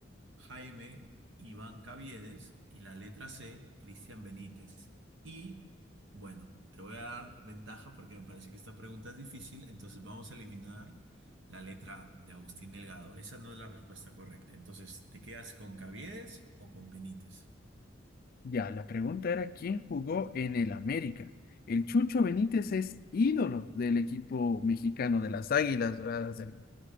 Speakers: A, on the right; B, on the left.
A: Jaime Iván Caviedes y la letra C, Cristian Benítez. Y bueno, te voy a dar ventaja porque me parece que esta pregunta es difícil, entonces vamos a eliminar la letra A de Agustín Delgado. Esa no es la respuesta correcta. Entonces, ¿te quedas con Caviedes o con Benítez?
B: Ya, la pregunta era quién jugó en el América. El Chucho Benítez es ídolo del equipo mexicano de las Águilas Doradas del